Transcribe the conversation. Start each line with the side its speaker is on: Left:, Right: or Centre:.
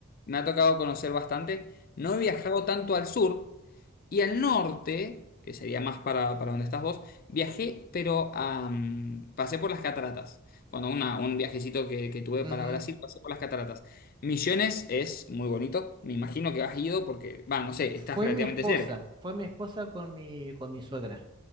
Left: me ha tocado conocer bastante. No he viajado tanto al sur. Y al norte, que sería más para, para donde estás vos, viajé, pero a, mm, pasé por las cataratas. Cuando una- un viajecito que, que tuve
Right: Ujú.
Left: para Brasil, pasé por las cataratas. Misiones es muy bonito. Me imagino que has ido porque, va, no sé,
Right: Fue
Left: estás relativamente
Right: mi esposa,
Left: cerca.
Right: fue mi esposa con mi, con mi suegra.